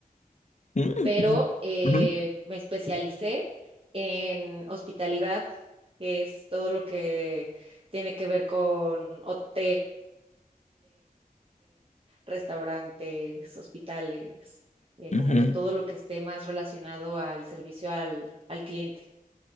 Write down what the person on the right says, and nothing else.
pero eh,
me especialicé en hospitalidad, que es todo lo que tiene que ver con hoteles, restaurantes, hospitales, eh,
como que todo lo que esté más relacionado al servicio al, al cliente.